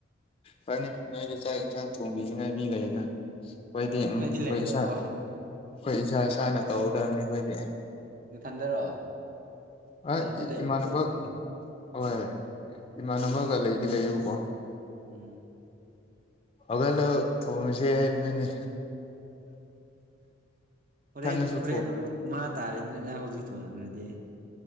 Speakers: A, on the left; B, on the right.
A: ꯐꯅꯤ
B: ꯑꯗꯨꯅꯤꯅꯦ
A: ꯅꯣꯏꯗꯤ ꯆꯥꯛ ꯌꯦꯟꯁꯥꯡ ꯊꯣꯡꯕꯤꯅꯤꯉꯥꯏ ꯃꯤ ꯂꯩꯌꯦꯅ ꯑꯩꯈꯣꯏꯗꯤ ꯎꯝ
B: ꯅꯣꯏꯗꯤ
A: ꯑꯩꯈꯣꯏ
B: ꯂꯩꯇ꯭ꯔꯕꯣ
A: ꯏꯁ ꯑꯩꯈꯣꯏ ꯏꯁꯥ ꯏꯁꯥꯅ ꯇꯧꯍꯧꯗꯕꯅꯤ ꯑꯩꯈꯣꯏꯗꯤ
B: ꯅꯊꯟꯗꯔꯣ
A: ꯍ
B: ꯔꯦꯟꯗ ꯂꯩꯔꯤꯕꯣ
A: ꯏꯃꯥꯟꯅꯕ
B: ꯑꯗꯨꯒ ꯑꯣ
A: ꯍꯣꯏ ꯏꯃꯥꯟꯅꯕꯒ ꯂꯩꯗꯤ ꯂꯩꯌꯦꯕꯀꯣ
B: ꯎꯝ
A: ꯑꯣꯂꯣ ꯇꯣꯅꯤꯁꯦ ꯍꯥꯏꯅꯤꯅꯤ
B: ꯍꯣꯔꯦꯟ
A: ꯏꯊꯟꯗꯁꯨ
B: ꯍꯣꯔꯦꯟ
A: ꯊꯣꯡ
B: ꯑꯃꯨꯛ ꯃꯥ ꯇꯥꯔꯦꯗꯅꯅ ꯍꯧꯖꯤꯛ ꯊꯣꯡꯈ꯭ꯔꯗꯤ